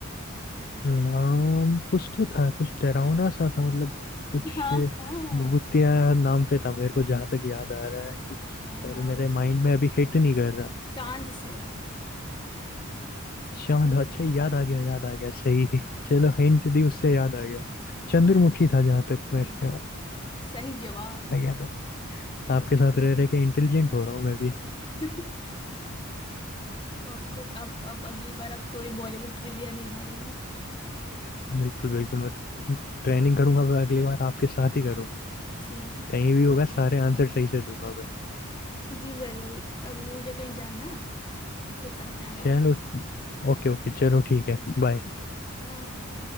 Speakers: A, on the left; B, on the left.
A: नाम कुछ तो था कुछ डरावना सा था मतलब कुछ
B: हाँ हाँ
A: भूतिया नाम पे था मेरे को जहां तक याद आ रहा है कुछ
B: हाँ
A: पर
B: हाँ
A: मेरे माइंड में अभी हिट नहीं कर रहा
B: चांद से है
A: शांत अच्छा याद आ गया याद आ गया सही है चलो हिंट दी उससे याद आ गया चंद्रमुखी था जहां तक मेरे
B: जी
A: को
B: जी सही जवाब
A: याद है आपके साथ रह रह के इंटेलिजेंट हो रहा हूँ मैं भी
B: <laughs> वो आपको अब अब अगली बार आप कोई बॉलीवुड ट्रिविया नहीं हारेंगे
A: बिल्कुल बिल्कुल मतलब ट्रेनिंग करूंगा मैं अगली बार आपके साथ ही करूंगा
B: ठीक
A: कहीं भी होगा सारे आंसर सही से दूंगा मैं
B: जी जरूर अभी मुझे कहीं जाना है फिर करते हैं बात
A: चलो ओके ओके चलो ठीक है बाय
B: बाय